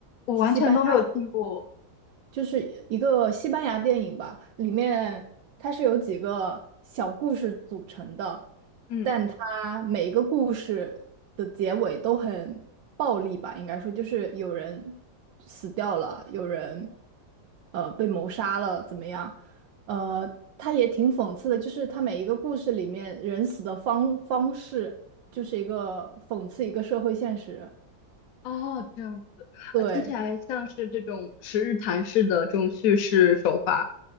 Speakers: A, on the left (about 65°); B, on the right (about 80°).
A: 我完全都没有听过。
B: 西班就是一个西班牙电影吧，里面它是由几个小故事组成的，
A: 嗯。
B: 但它每一个故事的结尾都很暴力吧，应该说就是有人死掉了，有人呃被谋杀了，怎么样？呃，它也挺讽刺的，就是它每一个故事里面人死的方方式，就是一个讽刺一个社会现实。
A: 哦，这样
B: 对，
A: 啊，听起来像是这种十日谈式的这种叙事手法，